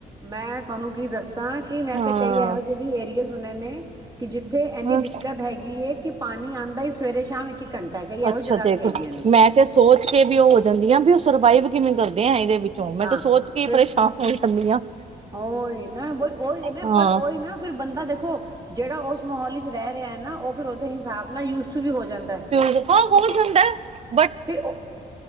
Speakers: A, on the right (about 25°); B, on the right (about 40°).
A: ਮੈਂ ਤੁਹਾਨੂੰ ਕੀ ਦੱਸਾਂ ਕਿ ਮੈਂ
B: ਹਾਂ
A: ਤੇ ਕਈ ਇਹੋ ਜਿਹੇ ਵੀ ਏਰੀਏ ਚ ਸੁਣੇ ਨੇ, ਕਿ ਜਿੱਥੇ ਇੰਨੀ
B: ਹਮ
A: ਦਿੱਕਤ ਹੈਗੀ ਕਿ ਪਾਣੀ ਆਉਂਦਾ ਈ ਸਵੇਰੇ ਸ਼ਾਮ ਇੱਕ ਘੰਟਾ ਕਈ ਇਹੋ
B: ਅੱਛਾ
A: ਜਗ੍ਹਾ
B: ਦੇਖੋ,
A: ਵੀ ਹੈਗੀਆਂ ਨੇ
B: ਮੈਂ ਤੇ ਸੋਚ ਕੇ ਵੀ ਉਹ ਹੋ ਜਾਂਦੀ ਆਂ ਵੀ <unintelligible> ਕਿਵੇਂ ਕਰਦੇ ਆ ਇਹਦੇ ਵਿੱਚੋਂ ਮੈਂ
A: ਹਾਂ
B: ਤਾਂ ਸੋਚ ਕੇ ਹੀ
A: ਫਿਰ
B: ਪਰੇਸ਼ਾਨ ਹੋਈ। <unintelligible>
A: ਉਹੀ ਨਾ ਉਹੀ ਨਾ
B: ਹਾਂ
A: ਪਰ ਉਹੀ ਨਾ ਫਿਰ ਬੰਦਾ ਦੇਖੋ, ਜਿਹੜਾ ਉਸ ਮਾਹੌਲ ਵਿੱਚ ਰਹਿ ਰਿਹਾ ਨਾ ਉਹ ਫਿਰ ਉਹਦੇ ਹਿਸਾਬ ਨਾਲ ਯੂਜ ਟੂ ਵੀ ਹੋ ਜਾਂਦਾਵ
B: ਰਫਾ ਵਾਲਾ ਹ
A: ਫਿਰ ਉਹ